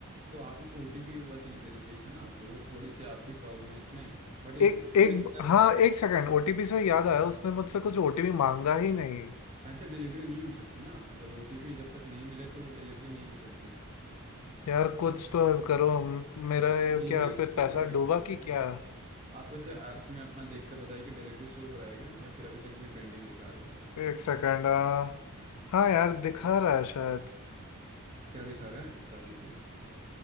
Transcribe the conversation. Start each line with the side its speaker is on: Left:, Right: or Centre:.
Right: तो आप ओटीपी वैसे नहीं देना चाहिए था ना वो थोड़ी सी आपकी प्रॉब्लम है इसमें बट इस
Left: एक
Right: पे पूरी
Left: एक
Right: तरह से
Left: हाँ
Right: साथ
Left: एक
Right: नहीं
Left: सेकंड
Right: है।
Left: ओटीपी से याद आया उसने मुझसे कुछ ओटीपी मांगा ही नहीं
Right: ऐसे डिलीवरी नहीं हो सकती ना जब ओटीपी जब तक नहीं मिले तो वो डिलीवरी नहीं हो सकती
Left: यार कुछ तो हेल्प करो म- मेरा ये
Right: डिलीवरी
Left: क्या फिर
Right: शो
Left: पैसा
Right: कर रहा है
Left: डूबा
Right: क्या?
Left: कि क्या
Right: आप वैसे ऐप में अपना देख कर बताइए कि डिलीवरी शो हो रहा है क्या या फिर अभी तक भी पेंडिंग दिखा रही है
Left: एक सेकंड हाँ यार दिखा रहा है शायद
Right: क्या दिखा रहा है बता दीजिए